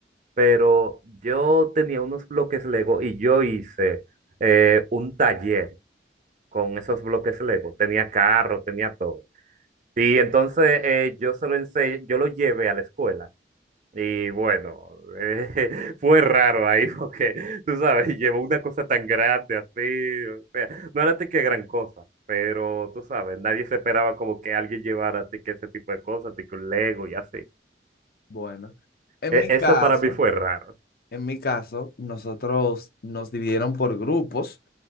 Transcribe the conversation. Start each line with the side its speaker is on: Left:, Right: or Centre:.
Right: pero yo tenía unos bloques Lego y yo hice eh, un taller con esos bloques Lego. Tenía carro, tenía todo. Y entonces eh, yo se lo ense- yo lo llevé a la escuela. Y bueno, eh, <laughs> fue raro ahí porque, tú sabes, <laughs> llevó una cosa tan grande así, o sea, no era de que gran cosa, pero tú sabes, nadie se esperaba como que alguien llevara a que ese tipo de cosas, de que un Lego y así.
Left: bueno. En
Right: E-
Left: mi caso...
Right: Eso para mí fue raro.
Left: En mi caso, nosotros nos dividieron por grupos